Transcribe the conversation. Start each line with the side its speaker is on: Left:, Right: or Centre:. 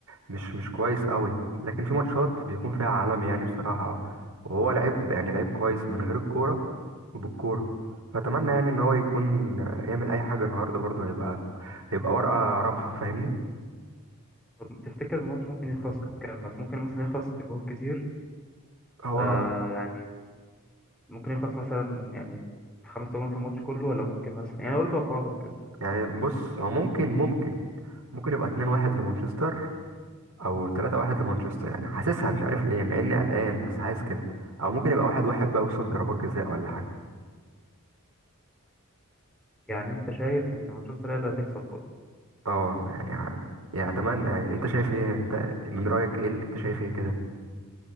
Right: مش مش كويس قوي لكن في ماتشات بيكون فيها عالمي يعني بصراحة وهو لعيب يعني لعيب كويس من غير الكورة وبالكورة فأتمنى يعني إن هو يكون يعمل أي حاجة النهاردة برضه هيبقى هيبقى ورقة رابحة فاهمني
Centre: طب تفتكر الماتش ممكن يخلص كام كام بس ممكن مثلا يخلص اجوان كتير
Right: هو
Centre: آه يعني ممكن يخلص مثلا يعني في خمس تجوان في الماتش كله ولا ممكن مثلا يعني قول توقعاتك كده
Right: يعني بص هو ممكن ممكن ممكن يبقى 2-1 لمانشستر او 3-1 لمانشستر يعني حاسسها مش عارف ليه مع اني قلقان بس حاسس كده او ممكن يبقى 1-1 بقى يوصل ضربات جزاء ولا حاجة
Centre: يعني انت شايف ان مانشستر هي اللي هتكسب برضه
Right: اه يعني ع- يعني اتمنى يعني انت شايف ايه انت من رأيك ايه اللي انت شايف ايه كده